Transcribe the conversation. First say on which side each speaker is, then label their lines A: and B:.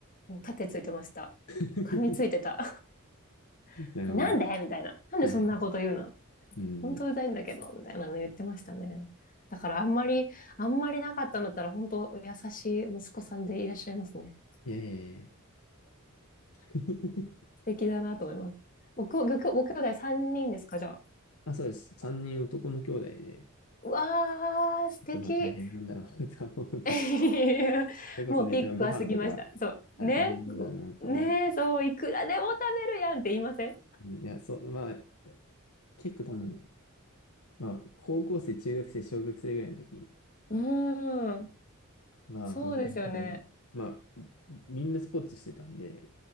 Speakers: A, on the left; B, on the left.
A: もう盾ついてました。
B: <laughs>
A: 噛みついてた。<laughs>
B: なるほど。
A: えなんでみたいな。なんでそんなこと言うの
B: はいはい。うん。
A: 本当うざいんだけど、みたいなの言ってましたね。だからあんまり、あんまりなかったんだったら、本当優しい息子さんでいらっしゃいますね。
B: いやいやいやいや。<laughs>
A: 素敵だなと思います。ご、ご、ご兄弟3人ですか、じゃあ。
B: あ、そうです。三人男の兄弟で、ち
A: うわー、素敵。
B: ょっとまあ大変なんだろうなとは思うんですけど。
A: <laughs>
B: それこそね、
A: もうピークは過ぎました。
B: 多分ご飯とか、
A: そう。
B: あ大変なんだろうなと思っ
A: ね。ねえ、そう、いくらでも食べるやんって言いません
B: うんいや、そう、まあ、結構多分、まあ、高校生、中学生、小学生ぐらいの時
A: うーん。
B: は、
A: そうですよね。
B: 本当に多分、まあ、みんなスポーツしてたんで、